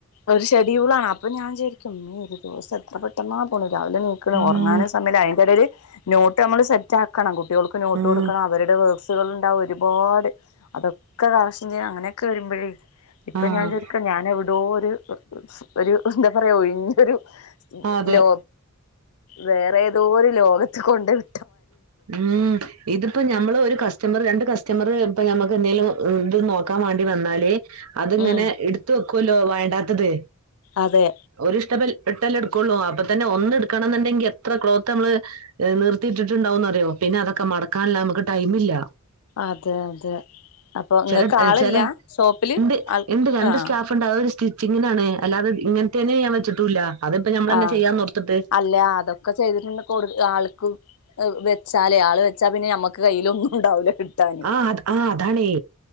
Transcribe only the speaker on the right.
ഉം
ഉം
ആഹ്
അതെ
ഉം ഇതിപ്പോ ഞമ്മള് ഒരു ക സ്റ്റമർ രണ്ട് കസ്റ്റമറ് ഇപ്പ ഞമക്ക് എന്തെലും ത് നോക്കാൻ വാണ്ടി വന്നാല് അത്ങ്ങനെ
ഇട്ത്തു ക്കൊലോ വേണ്ടാത്തത്
ഒരുഷ്ടബൽ ട്ടല്ലേ എടുക്കൊള്ളൂ അപ്പൊ തന്നെ ഒന്ന് എടുക്കണംന്നുണ്ടെങ്കി എത്ര ക്ലോത്ത് നമ്മള് നിർത്തിട്ടിട്ടുണ്ടാവും യോ പിന്നെ അതൊക്കെ മടക്കാൻല്ല നമുക്ക് ടൈമില്ല.
ചെലത്
ചെല
ഇണ്ട്
ഇണ്ട് രണ്ട്
സ്റ്റാഫുണ്ട് അവര് സ്റ്റി ച്ചിങ്ങ്നാണ് അല്ലാതെ ഇങ്ങൻത്തേന് ഞാൻ വെച്ചിട്ടൂല്ല. അതിപ്പോ ഞമ്മളന്നെ
ചെയ്യാന്നോർത്തിട്ട്
ആഹ് ആഹ് അതാണേ